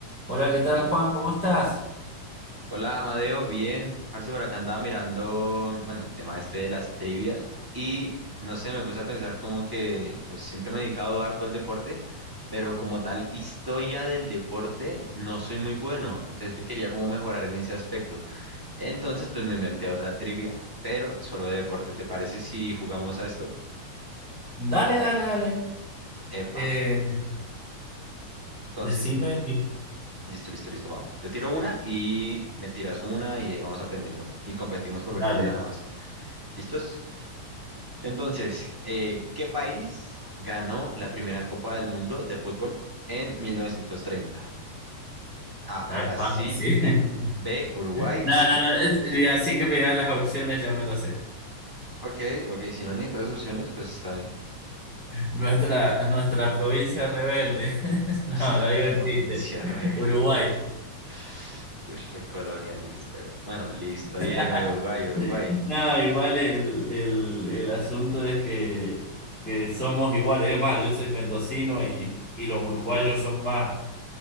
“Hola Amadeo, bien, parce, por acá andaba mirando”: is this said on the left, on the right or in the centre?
Right